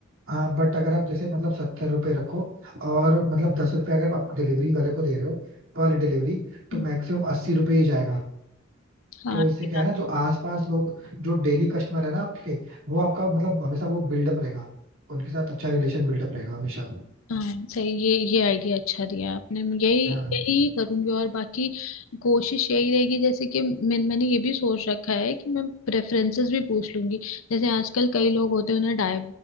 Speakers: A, on the right; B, on the left.
A: हाँ बट अगर आप जैसे मतलब सत्तर रुपये रखो और मतलब दस रुपये अगर आप डिलीवरी वाले को दे रहे हो पर डिलीवरी तो
B: हम्म,
A: मैक्सिमम अस्सी रुपये ही जाएगा
B: हाँ
A: तो इससे
B: ये
A: क्या
B: बात
A: है ना जो आसपास लोग जो डेली कस्टमर है ना आपके वो आपका मतलब हमेशा वो बिल्डअप रहेगा उनके साथ अच्छा रिलेशन बिल्डअप रहेगा हमेशा
B: हाँ सही ये ये आइडिया अच्छा दिया आपने मैं यही
A: हाँ
B: यही करूंगी और बाकी कोशिश यही रहेगी जैसे कि मैं मैंने ये भी सोच रखा है कि मैं प्रेफरेंसेस भी पूछ लूंगी जैसे आजकल कई लोग होते हैं उन्हें डाय